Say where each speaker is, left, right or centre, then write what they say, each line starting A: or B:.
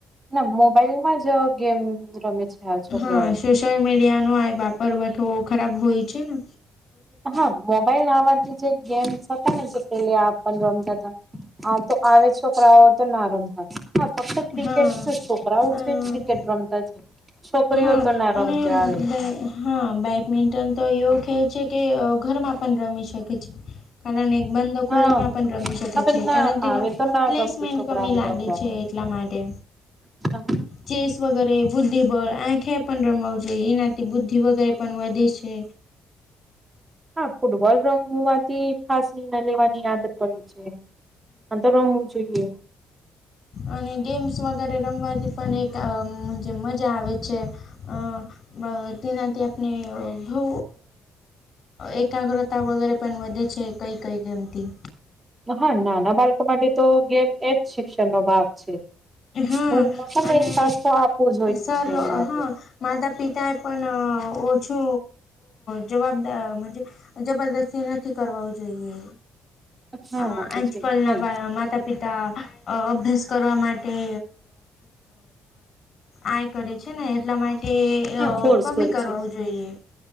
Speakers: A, on the right; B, on the left.
A: ના મોબાઈલમાં જ ગેમ રમે છે આ છોકરાઓ
B: હા સોશિયલ મીડિયા નો આ વાપર બધો ખરાબ હોય છેને
A: હા મોબાઈલ આવાથી જે ગેમ્સ હતા ને જે પેહલા આપ રમતા હતા. આ તો આવે જ છોકરાઓ તો ના રમતા હા ફક્ત ક્રિકેટ
B: હા
A: છે છોકરાઓ
B: અ
A: છે ક્રિકેટ રમતા છે. છોકરીઓ
B: હા
A: તો ના રમતી
B: અને
A: આવે
B: બે હા બેડમિન્ટન તો એવુ કે છે કે ઘરમાં પણ રમી શકે છે. કારણ એક બંદો ગલી
A: હા
B: માં પણ રમી શકે
A: હવે
B: છે,
A: ના
B: કારણ તેનો
A: આવે તો ના
B: પ્લેસમેન્ટ
A: ગમતું છોકરાઓને
B: કમી લાગે
A: રમવા
B: છે. એટલા માટે
A: હા
B: ચેસ વગેરે બુદ્ધિ આંખે પણ રમવું જોઈએ એનાથી બુદ્ધિ વગેરે પણ વધે છે.
A: હા ફૂટબોલ રંગ હોવાથી ફાસણીને લેવાની આદત પડી છે. હા તો રમવું જોઈએ.
B: અને ગેમ્સ વગેરે રમવાથી પણ એક મજા આવે છે. અ તેનાથી આપણી બહુ એકાગ્રતા વગેરે પણ વધે છે. કઈ કઈ કેમતી
A: હા નાના બાળકો માટે તો ગેમ એ જ શિક્ષણનો ભાગ છે.
B: હા
A: સ્કૂલમાં પણ
B: અને
A: એક કાસ તો આપવું જોઈએ
B: સર
A: જેમ માટે
B: હા માતા પિતાએ પણ ઓછુ જવાબદાર જબરદસ્તી નથી કરવી જોઈએ.
A: હા
B: આમા
A: તો
B: આજકાલ
A: છે
B: ના
A: એમ
B: માતા પિતા અભ્યાસ કરવા માટે આ કરે છે ને એટલા માટે
A: હા ફોર્સ
B: કમી
A: કરે
B: કરાવવું
A: છે
B: જોઈએ